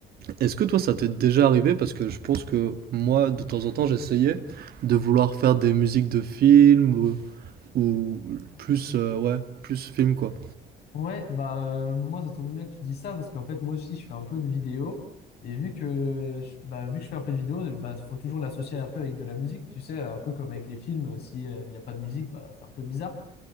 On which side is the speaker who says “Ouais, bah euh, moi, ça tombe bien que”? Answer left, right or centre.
Left